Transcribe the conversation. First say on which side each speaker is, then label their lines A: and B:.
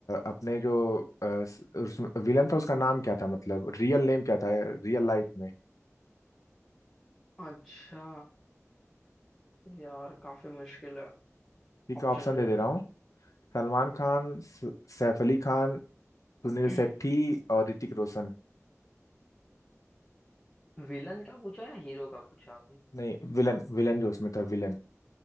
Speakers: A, on the left (about 85°); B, on the left (about 15°).
A: अपने जो अ, स- उस विलन था उसका नाम क्या था मतलब रियल नेम क्या था रियल लाइफ में
B: अच्छा यार काफी मुश्किल है
A: ठीक
B: ऑप्शन
A: है ऑप्शन
B: दे
A: दे दे
B: दो
A: रहा हूँ सलमान खान स- सैफ अली खान सुनील
B: <clears throat>
A: शेट्टी और ऋतिक रोशन
B: विलन का पूछा या हीरो का पूछा आपने
A: नहीं विलन विलन जो उसमें था विलन